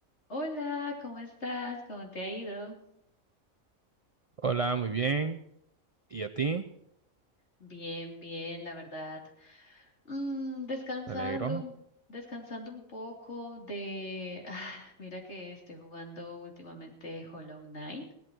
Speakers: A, on the left; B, on the right.
A: Hola, ¿cómo estás? ¿Cómo te ha ido?
B: Hola, muy bien. ¿Y a ti?
A: Bien, bien, la verdad. Mm, descansando,
B: Me alegro.
A: un- descansando un poco de... <sighs> ah, mira que estoy jugando últimamente Hollow Knight.